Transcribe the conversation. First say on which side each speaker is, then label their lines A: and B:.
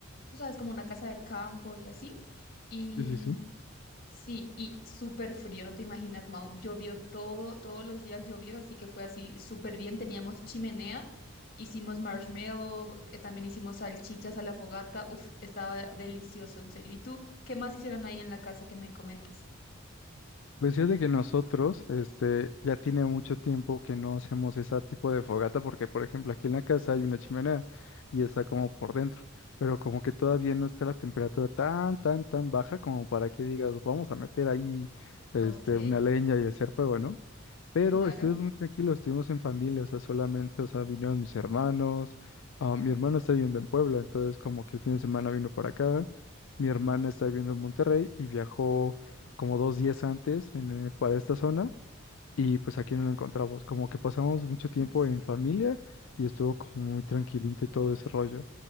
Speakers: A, on the left; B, on the left.
A: tú sabes, como una casa de campo y así. Y
B: Sí, sí, sí.
A: sí, y súper frío, no te imaginas, Mau. Llovió todo, todos los días llovió, así que fue así súper bien. Teníamos chimenea. Hicimos marshmallow, eh, también hicimos salchichas a la fogata. Uf, estaba delicioso, en serio. ¿Y tú qué más hicieron ahí en la casa que me comentas?
B: Pues fíjate que nosotros, este, ya tiene mucho tiempo que no hacemos ese tipo de fogata, porque por ejemplo aquí en la casa hay una chimenea y está como por dentro, pero como que todavía no está la temperatura tan, tan, tan baja como para que digas, vamos a meter ahí, este,
A: Ok,
B: una leña y hacer fuego, ¿no? Pero
A: claro.
B: estuvimos muy tranquilos, estuvimos en familia, o sea, solamente, o sea, vinieron mis hermanos, ah, mi hermano está viviendo en Puebla, entonces como que el fin de semana vino para acá, mi hermana está viviendo en Monterrey y viajó como dos días antes en, eh, para esta zona y pues aquí no lo encontramos, como que pasamos mucho tiempo
A: Uf,
B: en familia y estuvo como muy tranquilito y todo ese rollo,